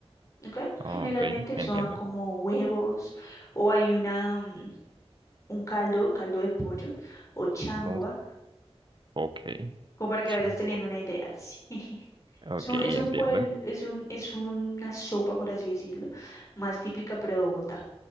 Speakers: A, on the left (about 30°); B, on the right (about 45°).
A: ¿ok?
B: oh,
A: Generalmente
B: ok, entiendo.
A: son como huevos o hay una, mm, un caldo, caldo de pollo o changua,
B: Oh, ok,
A: como para que
B: changua.
A: vayas teniendo una idea. sí. <laughs>
B: Ok,
A: Es un, es un
B: entiendo.
A: pueblo, es un, es una sopa, por así decirlo, más típica pero de Bogotá.